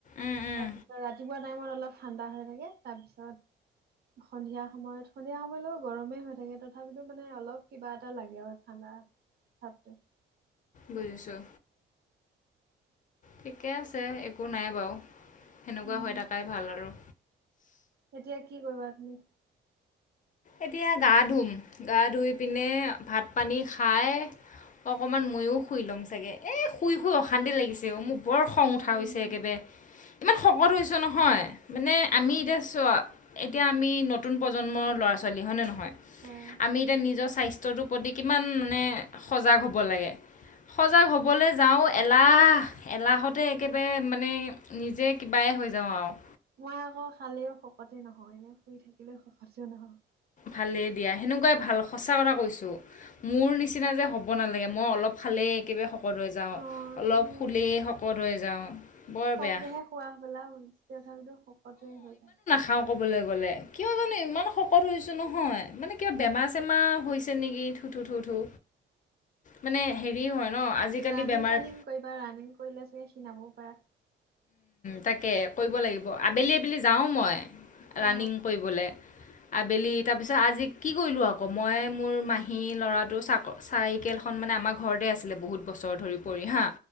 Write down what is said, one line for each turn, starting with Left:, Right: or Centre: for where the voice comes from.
Left: উম উম
Right: তাৰপিছত ৰাতিপুৱা টাইমত অলপ ঠাণ্ডা হৈ থাকে তাৰপিছত, সন্ধিয়া সময়ত সন্ধিয়া সময়লৈ গৰমেই হৈ থাকে তথাপিতো মানে অলপ কিবা এটা লাগে আৰু ঠাণ্ডা ভাৱটো।
Left: বুজিছোঁ। ঠিকে আছে একো নাই বাৰু সেনেকুৱা
Right: উম,
Left: হৈ থাকাই ভাল আৰু।
Right: এতিয়া কি কৰিবা তুমি?
Left: এতিয়া গা ধুম গা ধুই পিনে ভাত পানী খাই অকনমান ময়ো শুই ল'ম চাগে এ শুই শুই অশান্তি লাগিছে অ মোক।। বৰ খং উঠা
Right: উম।
Left: হৈছে একেবাৰে ইমান শকত হৈছোঁ নহয়! মানে
Right: অ
Left: আমি এতিয়া চোৱা এতিয়া আমি নতুন প্ৰজন্মৰ ল'ৰা ছোৱালী হয়নে নহয়। আমি
Right: হয়
Left: এতিয়া নিজৰ স্বাস্থ্যটোৰ প্ৰতি কিমান মানে সজাগ হ'ব লাগে। সজাগ হ'বলৈ যাওঁ এলাহ এলাহতে একেবাৰে মানে নিজে কিবাই হৈ যাওঁ আৰু।
Right: মই আকৌ খালেও শকতে নহয় এনে শুই থাকিলেও শকতেও নহয়।
Left: ভালেই দিয়া সেনেকুৱাই ভাল সঁচা কথা কৈছোঁ। মোৰ নিচিনা যে হ'ব নালাগে মই অলপ খালে একেবাৰে শকত হৈ যাওঁ
Right: অ
Left: অলপ
Right: তুমি
Left: শুলেই শকত হৈ যাওঁ বৰ
Right: কমকেহে
Left: বেয়া
Right: খোৱা সপলা তথাপিতো শকতহে হৈ যাওঁ
Left: খাওঁ ক'বলৈ গ'লে কিয় জানো ইমান শ হৈছোঁ নহয় মানে কিবা বেমাৰ চেমা হৈছে নেকি থু থু থু থু মানে হেৰি হয় ন আজিকালি
Right: ৰানিং
Left: বেমাৰ
Right: চানিং কৰিবা ৰানিং কৰিলে চাগে ক্ষীনাবও পাৰা
Left: তাকে কৰিব লাগিব আবেলি আবেলি যাওঁ মই ৰাণিং
Right: অ
Left: কৰিবলে আবেলি তাৰপিছত আজি কি কৰিলোঁ আকৌ মই মোৰ মাহী ল'ৰাটো চাক চাইকেলখন মানে আমা ঘৰতে আছিলে বহুত বছৰ ধৰি পৰি হাঁ